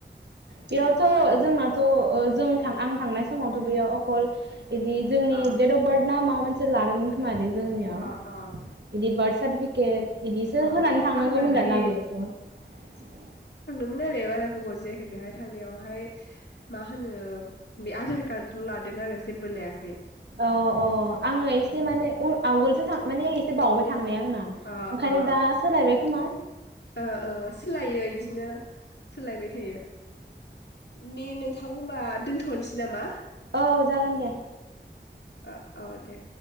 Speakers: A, on the right (about 70°); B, on the left (about 70°).
A: बेयावथ' जोंनाथ' ओ जों थां आं थांनाय समावथ' बेयाव फल बिदि जोंनि
B: अ
A: डेट अफ बार्थ ना मामोन? लादोंमोन खोमादै। जोंनियाव
B: अ अ
A: बिदि बार्थ सार्टिफिकेट बिदिसो
B: अ
A: होनानै थांनांगौमोनदाना
B: आं दाख्लि
A: बेयावथ'।
B: दोंमोन आरो बारा गोबाव जायाखै बेहाय थांनायावहाय मा होनो बे आधार कार्डल' लादों आरो जेबो लायाखै।
A: औ अ आङो
B: अ
A: एसे माने अ आवगोलथ थार माने एसे बावबाय थांनाया। आंना
B: अ
A: ओंखायनो
B: अ
A: दा सोलायबाय खोमा
B: ओ‌ ओ सोलायो इदिनो। सोलायबाय थायो दे नोंथां होनबा दोन्थ'नोसै नामा?
A: औ जागोन दे।
B: ओ औ दे।